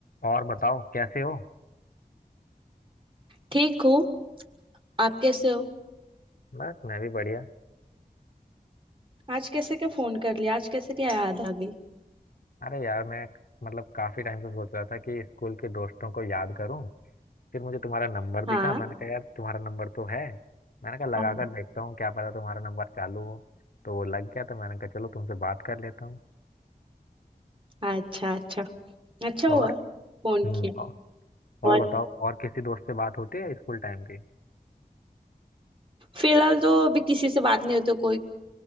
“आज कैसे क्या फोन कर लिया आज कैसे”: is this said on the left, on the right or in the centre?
Right